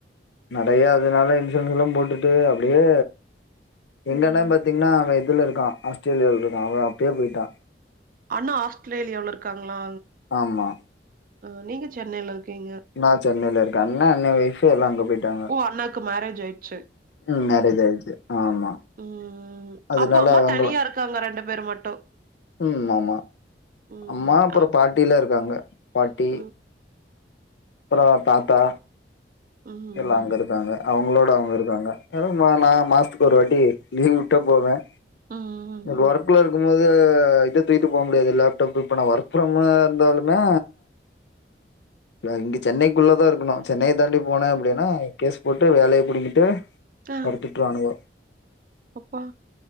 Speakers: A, on the left; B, on the right.
A: நெறையா அதனால இன்சூரன்ஸ்லா போட்டுட்டு அப்டியே எங்க
B: ம்.
A: அண்ண பாத்தீங்கன்னா அவன் இதுல இருக்கான் ஆஸ்திரேலியாவில் இருக்கான் அவன் அப்பயே போய்ட்டான்
B: அண்ணா ஆஸ்திரேலியாவுல இருக்காங்களா
A: ஆமா
B: ஆ நீங்க சென்னையில இருக்கீங்க
A: நா சென்னையில இருக்கன் அண்ண அண்ண ஓய்ஃபு எல்லாம் அங்க போயிட்டாங்
B: ஓ அண்ணாக்கு மேரேஜி ஆயிடுச்சி
A: ம் மேரேஜி ஆயிடுச்சி ஆமா
B: ம்.
A: அதனால
B: அப்ப அம்மா
A: அவுங்களும்
B: தனியா இருக்காங்க பேர் மட்டும்.
A: ம் ஆமா
B: ம்.
A: அம்மா அப்புறம்
B: அ.
A: பாட்டியிலா இருக்காங்க பாட்டி
B: ம்.
A: அப்புறம் தாத்தா
B: ம்.
A: எல்லா அங்க இருக்காங்க அவுங்களோட அவுங்க இருக்கறாங்க அத மா நா மாசத்துக்கு ஒரு வாட்டி லீவு உட்ட போவேன்
B: ம்.
A: லோ ஒர்க்ல இருக்கமோது இத தூக்கிட்டு போ முடியாது லேப்டாப் இப்ப நா ஒர்க் ஃப்ரம் இருந்தாலுமே நா இங்க சென்னைக்குள்ளதா இருக்கணும் சென்னைய தாண்டி போன அப்டின்னா கேஸ் போட்டு வேலைய புடிங்கிட்டு
B: ஆ.
A: தொரத்தி உட்ருவானுவோ
B: அப்பா!